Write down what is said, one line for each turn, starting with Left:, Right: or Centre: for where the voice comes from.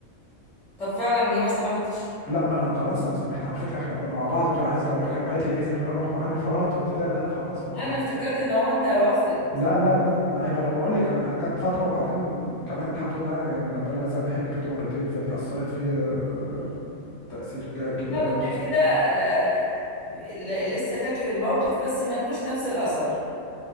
Centre: طب فعلا ليه ما سامحتش
Left: لا ما انا خلاص انا سامحت على فكره احنا كنا مع بعض وكان عايز لي اروح كانت باعت لي فيزا ان انا اروح مع الامارات وبتاع لا خلاص ف
Centre: انا افتكرت ان هو انت رافض
Left: لا لا لا ما يبقى انا بقول لك انا جت فتره وبعدين كمان الحمد لله يعني ربنا رزقني حج بيته مرتين فدي اثرت فيا آه،
Centre: مم.
Left: تاثير جا- كبير
Centre: طب
Left: قوي
Centre: انت
Left: خصوصا
Centre: كده آه ل- لسه فاكر الموقف بس ملهوش نفس الاثر